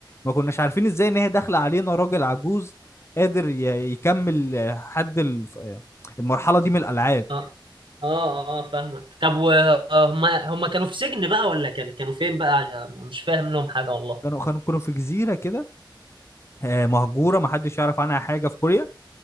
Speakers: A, on the left (about 30°); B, on the right (about 75°).
A: ما كناش عارفين ازاي ان هي داخله علينا راجل عجوز قادر ي- يكمل آه، حد الف- آه، المرحله دي من الالعاب
B: اه اه اه فاهمك طب وهم هم كانوا في سجن بقى ولا كانوا كانوا فين بقى عشان مش فاهم لهم حاجة والله
A: كانوا كانوا كانوا في جزيره كده آه، مهجوره ما حدش يعرف عنها حاجه في كوريا